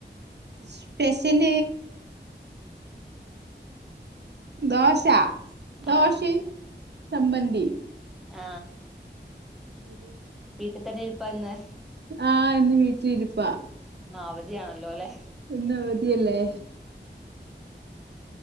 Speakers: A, on the right; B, in the centre.
A: സ്പെഷൽ ദോശ ദോശയും
B: ആ
A: ചമ്മന്തിയും
B: ആ
A: <inaudible>
B: വീട്ടിൽ തന്നെ ഇരിപ്പാന്ന്
A: ആ ഇന്ന് വീട്ടിലിരിപ്പാ
B: അവധിയാണല്ലോലേ
A: ഇന്നവതിയല്ലേ